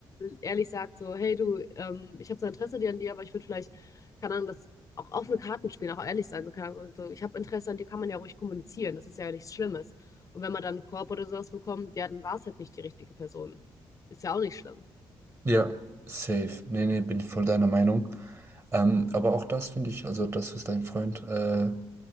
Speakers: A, on the left; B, on the right.
A: ehrlich sagt, so, hey du, ähm, ich habe so Interesse dir an dir, aber ich würde vielleicht, keine Ahnung, das auch offene Karten spielen, auch ehrlich sein. So, keine Ahnung, so, so, ich habe Interesse an dir, kann man ja ruhig kommunizieren. Das ist ja nichts Schlimmes. Und wenn man dann einen Korb oder sowas bekommt, ja, dann war es halt nicht die richtige Person. Ist ja auch nicht schlimm.
B: Ja, safe. Nee, nee, bin ich voll deiner Meinung. Ähm, aber auch das finde ich, also das, was dein Freund, äh,